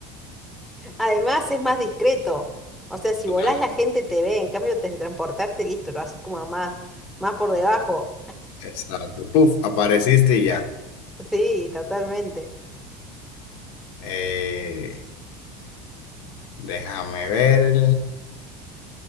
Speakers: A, in the centre; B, on the left.
A: Además es más discreto. O sea, si volás
B: Claro,
A: la gente te ve, en cambio teletransportarte, listo, lo haces como más, más por debajo.
B: exacto. Puf, apareciste y ya.
A: Sí, totalmente.
B: Eh, déjame ver.